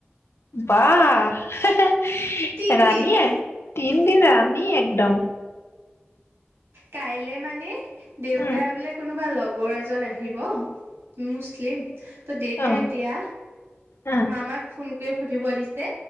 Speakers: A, on the left; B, on the right.
A: বাহ ৰাণীয়ে
B: তিনদিন
A: তিন দিন ৰাণীয়ে এক ডাওঁ
B: কাইলে মানে দেউতা
A: উম
B: বোলে কোনোবা লগ লগৰ এজন আহিব মুছলিম ত দেউতাই
A: অ
B: এতিয়া
A: অ
B: মামাক ফোন কে সুধিব দিছে